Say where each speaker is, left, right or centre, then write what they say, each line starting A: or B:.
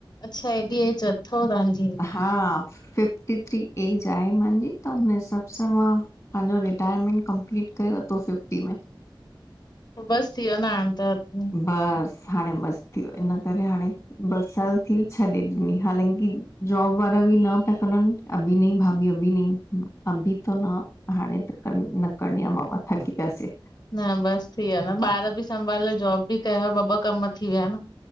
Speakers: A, on the left; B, on the left.
A: अच्छा हेॾी एज अथव तहांजी?
B: हा फिफ्टी थ्री एज आहे मांजी त हुन हिसाब सां मां पंहिंजो रिटायरमेंट कंपलीट करे वतो फिफ्टी में
A: बसि थीयो न हाण त
B: बस हाणे बस थी वयो इन करे हाणे ॿ साल बि छॾे ॾिनी हालांकी जॉब वारा बि न पिया करन अभी नहीं भाभी अभी नहीं अभी थो न हाणे त क न करणी आहे बाबा थकी पियासीं।
A: न बस थी विया न, ॿार बि संभाले जॉब बि कयव, ॿ ॿ कम थी विया न